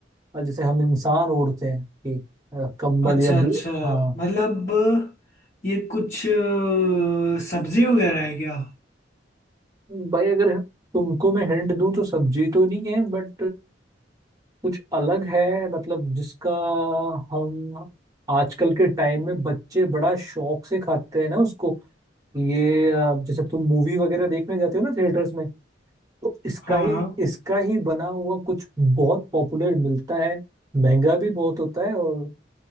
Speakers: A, on the right; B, on the left.
A: और जैसे हम इंसान ओढ़ते हैं कि आ, कंबल
B: अच्छा
A: या ब्ल...
B: अच्छा
A: हाँ
B: मतलब ये कुछ अ, सब्जी वगैरह है क्या
A: भाई अगर तुमको मैं हिंट दूं तो सब्जी तो नहीं है बट कुछ अलग है मतलब जिसका हम आजकल के टाइम में बच्चे बड़ा शौक से खाते हैं ना उसको ये आ, जैसे तुम मूवी वगैरह देखने जाते हो ना थिएटर्स में तो इसका
B: हाँ
A: ही
B: हाँ
A: इसका ही बना हुआ कुछ बहुत पॉपुलर मिलता है महंगा भी बहुत होता है और अ,